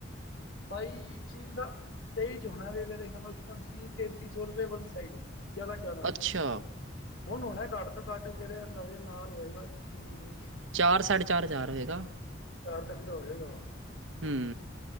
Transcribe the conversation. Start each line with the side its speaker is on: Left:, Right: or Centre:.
Left: ਬਈ ਚ ਨਾ- ਤੇਈ ਚੋ ਮੇਰੇ ਉਸ ਟਾਈਮ ਸੀ, ਤੇੈਂਤੀ ਸੌ ਰੁਪਏ ਵੰਨ ਸਾਈਡ। ਜਾਣਾ-ਜਾਣਾ
Right: ਅੱਛਾ
Left: ਹੁਣ -ਹਣਾ ਘੱਟ ਤੋ ਘੱਟ ਮੇਰੇ ਅੰਦਾਜ਼ੇ ਨਾਲ ਹੋਏਗਾ ਹੂੰ।
Right: ਚਾਰ- ਸਾਢੇ ਚਾਰ ਹਜ਼ਾਰ ਹੋਏਗਾ?
Left: ਪਾਰ ਤੱਕ ਦਾ ਹੋਏਗਾ ਓ।
Right: ਹੂੰ